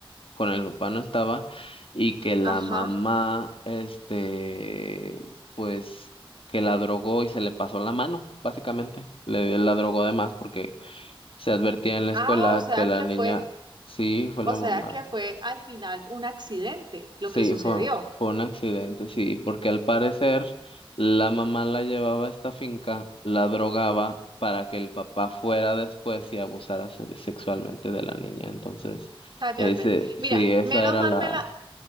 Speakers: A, on the left; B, on the right.
A: con el papá no estaba y que la
B: Ajá.
A: mamá, este, pues que la drogó y se le pasó la mano, básicamente. Le la drogó de más porque se advertía en la escuela
B: Ah, o sea
A: que la
B: que
A: niña,
B: fue,
A: sí, fue
B: o
A: la
B: sea
A: mamá,
B: que fue al final un accidente lo
A: sí,
B: que sucedió.
A: fue, fue un accidente, sí, porque al parecer la mamá la llevaba a esta finca, la drogaba. para que el papá fuera después y abusara se- sexualmente de la niña. Entonces,
B: Cállate.
A: ese, sí,
B: Mira,
A: esa
B: menos
A: era
B: mal
A: la,
B: me la,